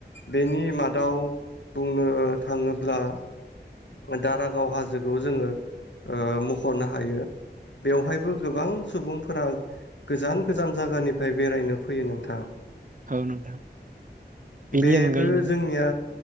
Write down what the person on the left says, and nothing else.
बेनि मादाव बुंनो थाङोब्ला दारागाव हाजोखौ जोङो ओ मख'नो हायो बेवहायबो गोबां सुबुंफोरा गोजान गोजान जायगानिफ्राय बेरायनो फैयो नोंथां।
बेबो
जोंनिया